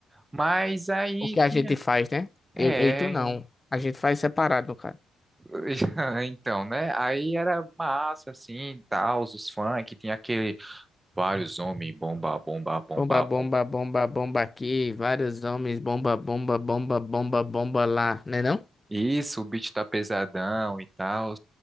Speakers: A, on the right; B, on the left.
A: Mas aí
B: O que a
A: que
B: gente faz, né? Eu,
A: É,
B: eu e tu não. A gente faz separado, no caso.
A: <laughs> então, né? Aí era massa, assim, tal, os funk, tinha aquele vários homens, bomba, bomba, bomba,
B: Bomba, bomba,
A: bomba.
B: bomba, bomba aqui. Vários homens, bomba, bomba, bomba, bomba, bomba lá, né não?
A: Isso, o beat tá pesadão e tal.